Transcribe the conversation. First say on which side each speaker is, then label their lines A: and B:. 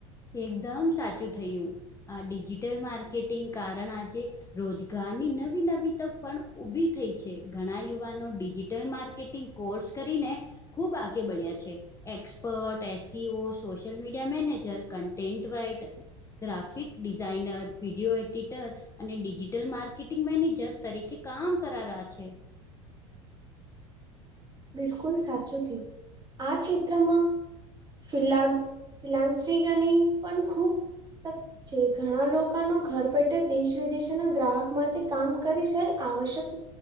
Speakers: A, on the left; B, on the right.
A: એકદમ સાચું થયું આ ડિજિટલ માર્કેટિંગ કારણ આ છે રોજગારની નવી નવી તક પણ ઉભી થઈ છે ઘણા યુવાનો ડિજિટલ માર્કેટ કોર્સ કરીને ખુબ આગે બળ્યા છે expert SEO social media manager content writer graphic designer video editor અને ડિજિટલ માર્કેટિંગ મેનેજર તરીકે કામ કરા્યા છે.
B: બિલકુલ સાચું કું આ ક્ષેત્રમાં ફિહદ પલાન શ્રી ગણી પણ ખૂબ છે ઘણા લોકોનું ઘર પેટે દેશ વિદેશના ગ્રાહક માંથી કામ કરી શાય આવશ્યક